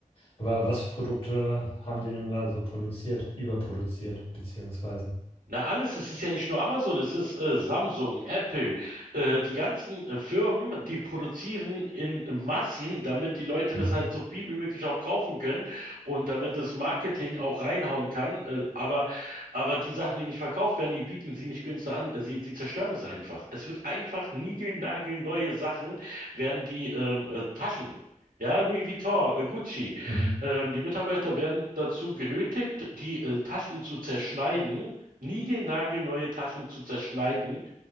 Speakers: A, on the left; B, on the right.
A: Aber was für Produkte haben die denn da so produziert, überproduziert, beziehungsweise?
B: Na alles, es ist ja nicht nur Amazon, es ist äh, Samsung, Apple, äh, die ganzen äh, Firmen, die produzieren in Massen, damit die Leute
A: Mhm.
B: das halt so viel wie möglich auch kaufen können und damit das Marketing auch reinhauen kann. Äh, aber, aber die Sachen, die nicht verkauft werden, die bieten sie nicht günstig an. Äh, sie, sie zerstören es einfach. Es wird einfach niegelnagelneue Sachen werden die ähm, äh, Taschen. Ja, Louis Vuitton, äh, Gucci.
A: Mhm.
B: Ähm, die Mitarbeiter werden dazu genötigt, die äh, Taschen zu zerschneiden niegelnagelneue Taschen zu zerschneiden